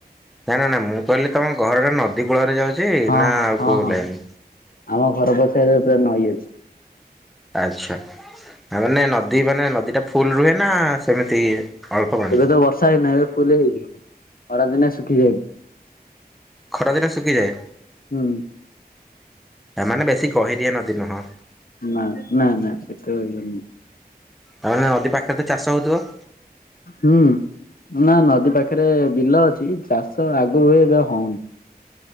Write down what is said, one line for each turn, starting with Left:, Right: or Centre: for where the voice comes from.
Centre: ନା ନା ନା ମୁଁ କହିଲି ତମ ଘରଟା ନଦୀ କୂଳରେ ଯାଉଚି
Left: ହଁ
Centre: ନା
Left: ହଁ
Centre: ଆଉ
Left: ହଁ
Centre: କୋଉ
Left: ହଁ
Centre: ଲାଇନ୍?
Left: ଆମ ଘର ପଛରେ ଏବେ ନଈ ଅଛି।
Centre: ଆଚ୍ଛା। ତା ମାନେ ନଦୀ ମାନେ ନଦୀ ଟା ଫୁଲ୍ ରୁହେ ନା ସେମିତି ଅଳ୍ପ ପାଣି?
Left: ଏବେ ତ ବର୍ଷା ଦିନେ ଏବେ ଫୁଲ ହେଇଯିବ। ଖରାଦିନେ ଶୁଖିଯାଇ
Centre: ଖରାଦିନେ ଶୁଖିଯାଏ?
Left: ହୁଁ।
Centre: ତାମାନେ ବେଶି ଗହିରିଆ ନଦୀ ନୁହଁ।
Left: ନା ନା ନା ଏତ ଇଏ ନୁହଁ।
Centre: ତାମାନେ ନଦୀ ପାଖରେ ତ ଚାଷ ହଉଥିବ?
Left: ହୁଁ। ନା ନଦୀ ପାଖରେ ବିଲ ଅଛି। ଚାଷ ଆଗରୁ ହୁଏ ଏବେ ହଉନି।